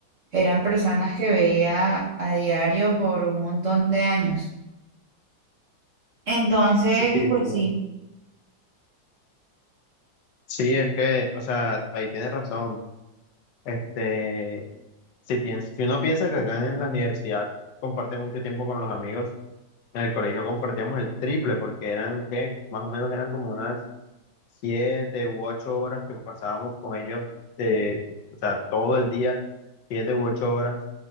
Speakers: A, on the right (about 65°); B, on the left (about 75°).
A: eran personas que veía a diario por un montón de años. Entonces,
B: Sí,
A: pues
B: sí.
A: sí.
B: Sí, es que, o sea, ahí tienes razón. Este, si piens- si uno piensa que acá en la universidad comparte mucho tiempo con los amigos, En el colegio compartíamos el triple porque eran que más o menos eran como unas siete u ocho horas que pasábamos con ellos, eh, o sea, todo el día, siete u ocho horas